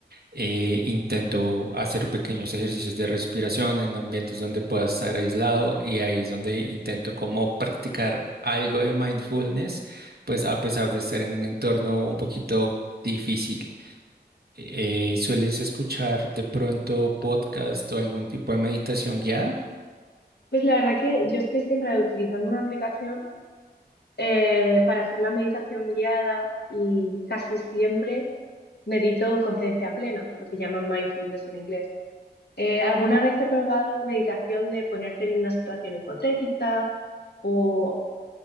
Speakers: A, on the right (about 65°); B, on the left (about 70°).
A: eh, intento hacer pequeños ejercicios de respiración en ambientes donde pueda estar aislado y ahí es donde intento como practicar algo de mindfulness, pues a pesar de estar en un entorno un poquito difícil. Eh, eh, ¿sueles escuchar de pronto podcast o algún tipo de meditación guiada?
B: Pues la verdad que yo estoy siempre utilizando una aplicación eh, para hacer la meditación guiada y casi siempre medito conciencia plena, lo que llaman mindfulness en inglés. Eh, alguna vez he probado meditación de ponerte en una situación hipotética o